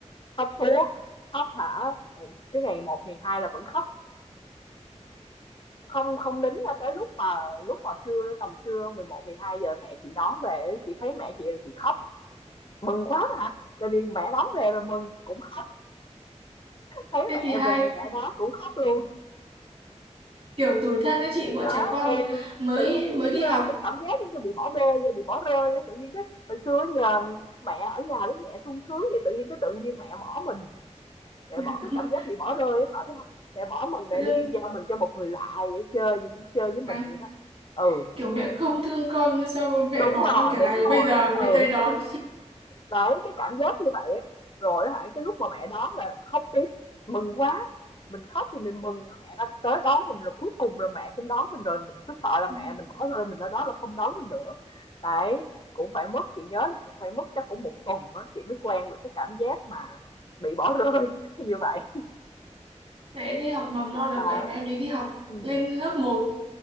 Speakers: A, on the left; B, on the right.
A: khóc suốt, khóc hả? ừ, Cái ngày một ngày 2 là vẫn khóc, không không đính cho tới lúc mà lúc mà trưa tầm trưa mười một mười hai giờ mẹ chị đón về, chị thấy mẹ chị là chị khóc, mừng quá mà. Tại vì mẹ đón về rồi mừng cũng khóc, thấy
B: Thế
A: mẹ
B: thì hai
A: về mẹ đón cũng khóc luôn
B: kiểu tủi thân đấy chị bọn
A: đó
B: trẻ con
A: thì
B: mới
A: tự nhiên
B: mới
A: kiểu
B: đi
A: như
B: học
A: là cái cảm giác giống như bị bỏ bê như bị bỏ rơi vậy. tự nhiên cái hồi xưa nhờ mẹ ở nhà với mẹ sung sướng vậy tự nhiên cái tự nhiên mẹ bỏ mình mẹ
B: <laughs> đúng
A: bỏ cái cảm
B: không?
A: giác bị bỏ rơi ấy Thảo biết không mẹ bỏ mình mẹ
B: Tự dưng
A: đi giao mình cho một người lạ vậy chơi vậy, chơi với mình
B: đáng-
A: vậy đó ừ
B: kiểu mẹ không thương con nhưng sao mà mẹ
A: đúng
B: bỏ
A: rồi
B: con cả
A: đúng
B: ngày
A: rồi
B: bây giờ
A: ừ
B: mới tới đón
A: Đấy, cái cảm giác như vậy á, rồi á hả, cái lúc mà mẹ đón là khóc tiếp, mừng quá, mình khóc thì mình mừng là mẹ đã tới đón mình rồi, cuối cùng là mẹ cũng đón mình rồi, mình cứ sợ là
B: <laughs>
A: mẹ mình bỏ rơi mình ở đó là không đón mình nữa. Đấy, cũng phải mất, chị nhớ nó cũng phải mất chắc cũng một tuần á, chị mới quen được cái cảm giác mà bị bỏ rơi <laughs> như vậy.
B: Đấy đi học mầm non là
A: Đó,
B: vậy mà em đi đi học
A: ừm,
B: lên lớp một